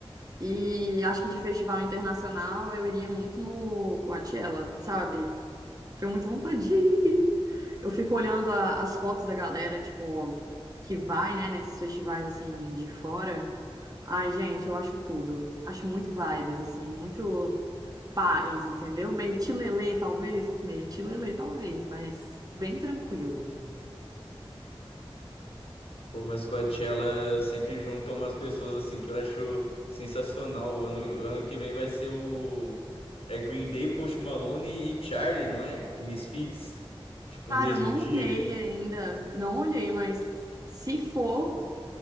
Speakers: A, on the right; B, on the left.
A: E acho que de festival internacional eu iria muito no Coachella, sabe? Tenho muita vontade de ir. Eu fico olhando a- as fotos da galera, tipo, que vai, né, nesses festivais, assim, de fora. Ai, gente, eu acho tudo. Acho muito vibes, assim, muito paz, entendeu? Meio tilelê, talvez. Meio tilelê, talvez, mas bem tranquilo.
B: Pô, mas Coachella sempre junta umas pessoas assim que eu acho sensacional. O ano, o ano que vem vai ser o. É Green Day, Post Malone e Charlie, não é? E Misfits. Tipo,
A: Cara,
B: mesmo
A: eu não
B: dia.
A: olhei ainda, não olhei, mas se for,